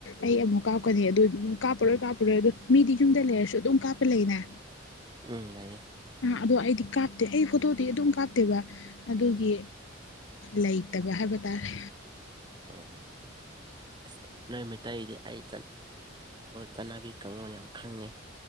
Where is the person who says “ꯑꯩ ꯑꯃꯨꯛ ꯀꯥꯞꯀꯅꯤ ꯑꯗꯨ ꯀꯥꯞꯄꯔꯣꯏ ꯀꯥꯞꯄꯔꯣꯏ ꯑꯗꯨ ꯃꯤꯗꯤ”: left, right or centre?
Left